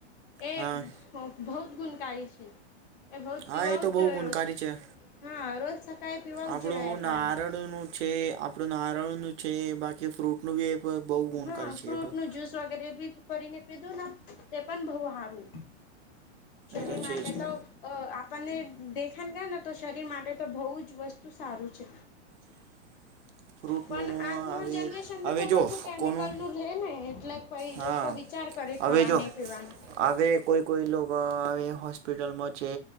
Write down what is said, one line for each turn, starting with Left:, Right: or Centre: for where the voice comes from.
Left: એ
Right: હા
Left: બહુત ગુણકારી છે. એ બઉ જ પીવા
Right: હા એ
Left: જ
Right: તો બહુ
Left: જોઈએ
Right: ગુણકારી
Left: રોજ
Right: છે
Left: હા રોજ સકાળે પીવાવું
Right: આપણું
Left: જ જોઈએ પાણી
Right: નારળ નું છે આપડું નારળનું છે બાકી ફ્રૂટનું બી બહુ ગુણકારી
Left: હા ફ્રૂટ
Right: છે એ બ
Left: નું જ્યુસ વગેરે કરીને પીધું તે પણ બહ હારું શરી
Right: એ તો
Left: માટે
Right: છે જ
Left: તો આપ આપણને દેખા ગયો ને તો શરીર માટે તો બહુ જ વસ્તુ સારું છે
Right: <inaudible> ફ્રૂટનું
Left: પણ આજના
Right: હવે
Left: જનરેશનમાં
Right: હવે
Left: તો
Right: જો
Left: બું કેમિકલ
Right: કોનું
Left: નું રે ને એટલે પ
Right: હા
Left: લોકો વિચાર તૈાર કરી
Right: હવે
Left: ખાવાને
Right: જો
Left: પીવાનું
Right: હવે કોઈ કોઈ લોકો હ હોસ્પિટલમાં છે